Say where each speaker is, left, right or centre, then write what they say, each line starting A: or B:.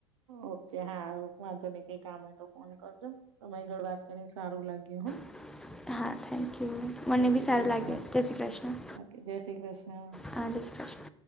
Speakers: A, on the right; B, in the centre.
A: ઓકે હા વાંધો નહીં કંઈ કામ હોયતો ફોન કરજો. તમારી જોડ વાત કરીની સારું લાગ્યું હો.
B: <unintelligible> <inaudible> હા થેન્કયુ મને
A: શ્રી
B: ભી સારું
A: કૃષ્ણ
B: લાગે જયશ્રીકૃષ્ણ.
A: ઓકે જય શ્રી કૃષ્ણ
B: હા જય શ્રી કૃષ્ણ.